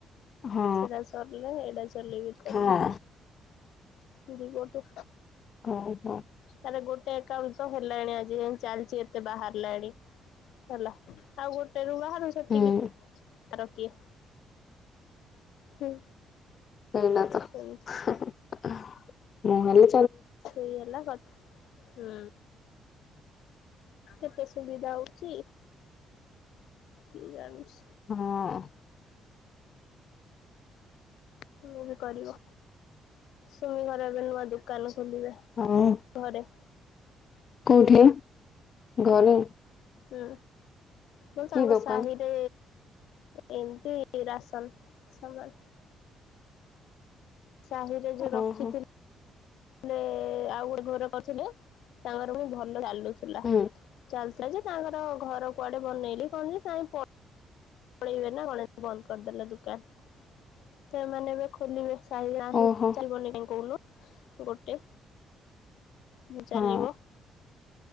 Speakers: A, on the left; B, on the left.
A: ହଁ
B: ସେଟା ସରିଲେ ଏଇଟା ଚଲେଇବି କରିବି।
A: ହଁ
B: ଦି ପଟୁ।
A: ହଉ ହଉ
B: ତାର ଗୋଟେ ଏକାଉଣ୍ଟ ତ ହେଲାଣି ଆଜି ଯାଏଁ ଚାଲିଚି ଏତେ ବାହାରିଲାଣି ହେଲା ଆଉ ଗୋଟେରୁ ବାହାରୁ ସେତିକି
A: ହୁଁ
B: ତାର କିିଏ ହୁଁ।
A: ଏଇନା ତ ହୁଁ
B: ସେମିତି
A: ହୁଁ ମୁଁ ହେଲି
B: ସେଇହେଲା କଥା ହୁଁ। କେତେ ସୁବିଧା ହଉଛି, କିଏ ଜାଣୁଛି?
A: ହଁ।
B: ତୁମେ ବି କରିବ, ସୁମି ଘର ଏବେ ନୂଆ ଦୋକାନ ଖୋଲିବେ
A: ହଉ
B: ଘରେ।
A: କୋଉଠି ଘରେ?
B: ହୁଁ ମୋ
A: କି
B: ସାଙ୍ଗ
A: ଦୋକାନ
B: ସାହିରେ ଏମତି ରାସନ ସମାନ ସାହିରେ ଯୋଉ ରଖିଥିଲି
A: ଓହୋ
B: ହେଲେ ଆଉ ଗୋଟେ ଘର କରିଥିଲେ, ତାଙ୍କର ପୁଣି ଭଲ ଚାଲୁଥିଲା।
A: ହୁଁ
B: ଚାଲୁ ଥିଲା ଯେ ତାଙ୍କର ଘର କୁଆଡେ ବନେଇଲେ କଣ ଯେ କାଇଁ ପ ପଳେଇବେ ନା କଣ ଏବେ ବନ୍ଦ କରିଦେଲେ ଦୋକାନ। ସେମାନେ ଏବେ ଖୋଲିବେ ସାହିଲ ନାହିଁ
A: ଓହୋ
B: ଚାଲ ବନେଇଦେବି କହୁନୁ ଗୋଟେ ମୁଁ ଚାଲିବ
A: ହଁ